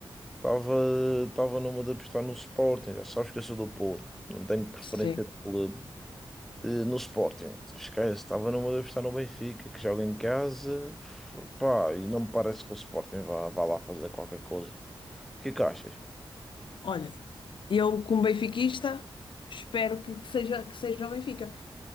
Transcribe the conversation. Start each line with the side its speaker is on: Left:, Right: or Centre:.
Centre: Estava estava numa de apostar no Sporting, já sabes que eu sou do Porto, não tenho preferência
Left: Sim.
Centre: de clube. Eh, No Sporting, esquece, estava numa de apostar no Benfica, que joga em casa, pá, e não me parece que o Sporting vá, vá lá fazer qualquer coisa. O que é que achas?
Left: Olha, eu como benfiquista, espero que, que seja, que seja o Benfica.